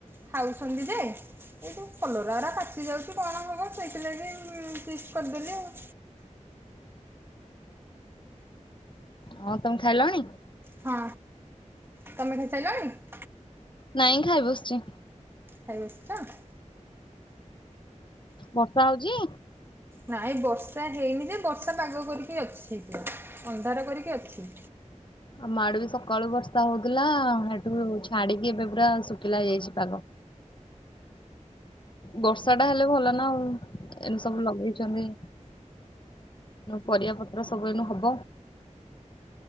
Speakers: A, on the right; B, on the left.
A: ଖାଉଛନ୍ତି ଯେ ଏଇ ଯୋଉ କଲରା ଗୁରା ପାଚି ଯାଉଛି କଣ ହେବ ସେଇଥିଲାଗି ଚିପ୍ସ୍ କରିଦେଲି ଆଉ।
B: ହଁ ତମେ ଖାଇଲଣି।
A: ହଁ ତମେ ଖାଇସାରିଲଣି।
B: ନାଇଁ ଖାଇ ବସିଛି।
A: ଖାଇ ବସିଛ।
B: ବର୍ଷା ହଉଛି।
A: ନାଇଁ ବର୍ଷା ହେଇନି ଯେ ବର୍ଷା ପାଗ କରିକି ଅଛି କି ଅନ୍ଧାର କରିକି ଅଛି।
B: ଆମ ଆଡୁ ବି ସକାଳୁ ବର୍ଷା ହଉଥିଲା ସେଠୁ ଛାଡିକି ଏବେ ପୁରା ଶୁଖିଲା ହେଇଯାଇଛି ପାଗ। ବର୍ଷା ଟା ହେଲେ ଭଲ ନା ଆଉ ଏମି ସବୁ ଲଗେଇଛନ୍ତି। ପରିବା ପତ୍ର ସବୁ ଏନୁ ହବ।